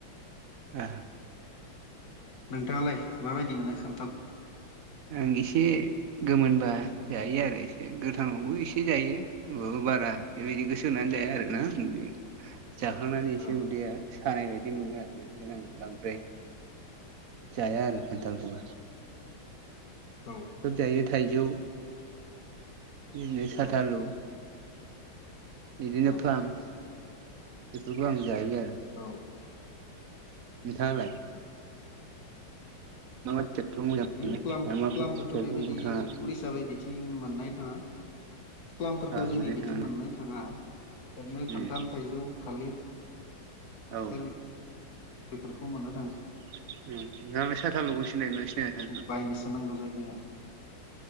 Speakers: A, on the right; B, on the left.
A: <inaudible>
B: नोंथाङालाय माबायदि मोनो खान्थाल
A: आं एसे गोमोनबा जायो आरो एसे गोथां आवबो एसे जायो होमबाबो बारा बेबायदि <unintelligible> नानै जाया आरो ना
B: औ
A: बे जाखांनानै
B: औ
A: एसे उदैया सानाय बायदि मोनो आरो बेनिफ्रायनो आं बांद्राय जाया आरो खान्थालखौबा
B: औ
A: खोब जायो थाइजौ <unintelligible>
B: औ
A: थालु बिदिनो
B: औ
A: फ्लाम बेफोरखौ आं जायो
B: औ
A: नोंथाङालाय मा मा फिथाइखौ मोजां
B: बै प्ला
A: आरो मा
B: प्लाखौथ'
A: फिथाइखौ
B: बेबायदि
A: नोंथाङा
B: <unintelligible> थिं मोननाय थाङा प्लाफोरखौ
A: ओ
B: जोंनि
A: मोननो
B: बिथिं
A: थाङा
B: मोननो थाङा ओरैनो खान्थाल
A: उम
B: थाइजौ थालिर बिसोर
A: औ
B: बेफोरखौ मोननो थाङो
A: <unintelligible> साथालुखौ सिनायो ना सिनाया
B: बायनोसो नांगौ जायो जोंहा